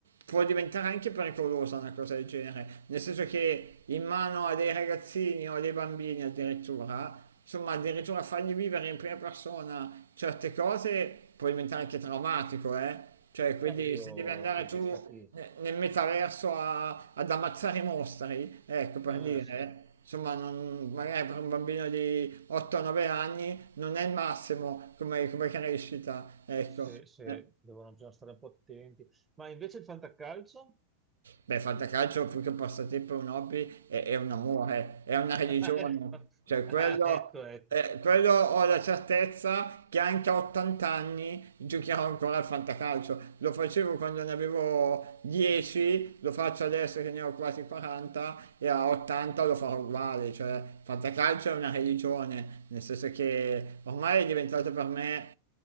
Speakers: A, on the right; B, on the right.
A: può diventare anche pericolosa una cosa del genere, nel senso che in mano a dei ragazzini o a dei bambini addirittura, insomma, addirittura fargli vivere in prima persona certe cose può diventare anche traumatico, eh? Cioè, quindi
B: Eh, oddio,
A: se devi andare
B: ti
A: tu
B: distacchi.
A: ne- nel metaverso a- ad ammazzare i mostri, ecco per
B: Eh,
A: dire.
B: sì,
A: Insomma, non- magari per un bambino di 8-9 anni non è il massimo come, come crescita, ecco.
B: se, se
A: Eh.
B: devono, bisogna stare un po' attenti. Ma invece il fantacalcio?
A: Beh, fantacalcio più che un passatempo è un hobby, è, è un amore, è una religione.
B: <laughs>
A: Cioè,
B: Ah,
A: quello,
B: ecco, ecco.
A: eh, quello ho la certezza che anche a 80 anni giocherò ancora al fantacalcio. Lo facevo quando ne avevo 10, lo faccio adesso che ne ho quasi 40 e a 80 lo farò uguale. Cioè, fantacalcio è una religione, nel senso che ormai è diventato per me